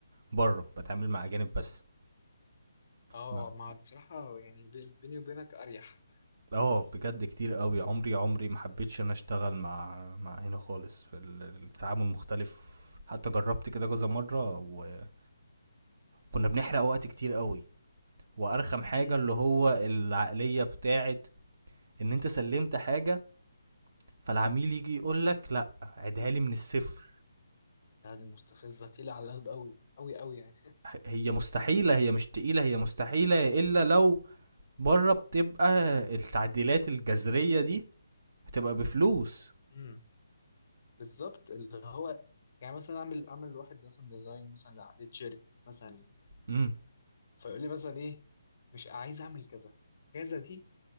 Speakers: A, on the right; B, on the left.
A: بره بتعامل مع اجانب بس
B: اه
A: ما
B: ما بصراحه يعني بي- بيني وبينك اريح
A: اه بجد كتير قوي عمري عمري ما حبيتش انا اشتغل مع مع هنا خالص في ال- التعامل مختلف حتى جربت كده كذا مره وكنا بنحرق وقت كتير قوي وارخم حاجه
B: امم
A: اللي هو العقليه بتاعت ان انت سلمت حاجه فالعميل يجي يقول لك لا عيدها لي من الصفر
B: يعني مستفزه تقيله على القلب قوي قوي قوي
A: هي مستحيله هي مش تقيله هي مستحيله الا لو بره بتبقى التعديلات الجذريه دي بتبقى بفلوس
B: يعني بالظبط اللي هو يعني مثلا اعمل اعمل لواحد مثلا ديزاين مثلا لع- لتيشيرت مثلا
A: امم
B: فيقول لي مثلا ايه مش عايز اعمل كذا كذا دي